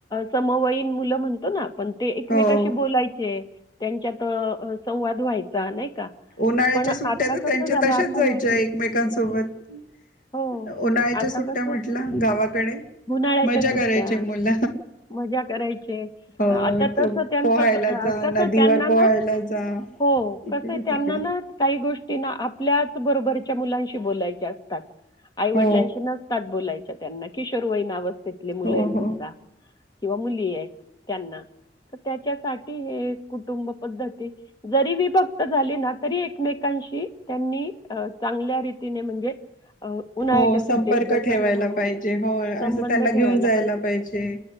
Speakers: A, on the left (about 25°); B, on the left (about 50°).
A: समवयीन मुलं म्हणतो ना पण ते एकमेकाशी
B: हो
A: बोलायचे त्यांच्यात संवाद व्हायचा नाही का?
B: उन्हाळ्याच्या
A: पण आता
B: सुट्ट्या तर
A: कसं
B: त्यांच्या
A: झालं,
B: तशाच
A: आता
B: जायच्या
A: नाही.
B: एकमेकांसोबत
A: हो,
B: उन्हाळ्याच्या
A: आता
B: सुट्ट्या
A: कसं
B: म्हटला गावाकडे
A: उन्हाळ्याच्या
B: मज्जा
A: सुट्ट्या,
B: करायची मुल
A: मजा करायचे.
B: हो
A: आता तसं त्यांचं
B: पोहायला
A: स- अ,
B: जा
A: कसं
B: नदीवर
A: त्यांना
B: पोहायला
A: ना
B: जा
A: हो.
B: इकडे
A: कसं आहे त्यांना
B: तिकडे
A: ना काही गोष्टीना आपल्याच बरोबरच्या मुलांशी बोलायच्या असतात आईवडिलांशी
B: हो
A: नसतात बोलायच्या त्यांना कि किशोरवईना अवस्थ त्याथले मुलं
B: हो
A: आहे
B: हो
A: समजा किंवा मुली आहेत त्यांना त्याच्यासाठी हे कुटुंब पद्धती जरी विभक्त तरी एकमेकशी त्यां चगल्या रीतीने म्हणजे अ, उन्हाळ्याच्या
B: हो
A: सुट्टीत
B: संपर्क
A: जसं
B: ठेवायला
A: तू म्हणाली,
B: पाहिजे हो
A: संबंध
B: असं त्यांना घेऊन
A: ठेवायला
B: जायला पाहिजे.